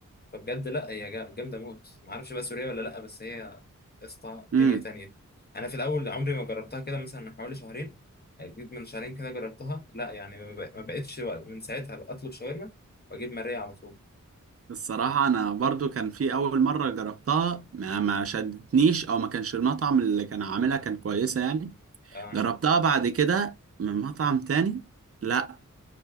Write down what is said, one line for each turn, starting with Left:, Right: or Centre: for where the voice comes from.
Left: فبجد لا هي جا- جامده موت ما اعرفش بقى سوريه ولا لا بس هي يا اسطى دنيا
Right: امم.
Left: تانية انا في الاول عمري ما جربتها كده مثلا من حوالي شهرين يعني جيت من شهرين كده جربتها لا يعني ما بق- ما بقتش بقى- من ساعتها بقى اطلب شاورما واجيب ماريا على طول
Right: الصراحة
Left: صح
Right: أنا برضو كان في أول مرة جربتها ما ما شدتنيش أو ما كانش المطعم اللي كان عاملها كان كويسة يعني
Left: اه
Right: جربتها بعد كده من مطعم تاني لا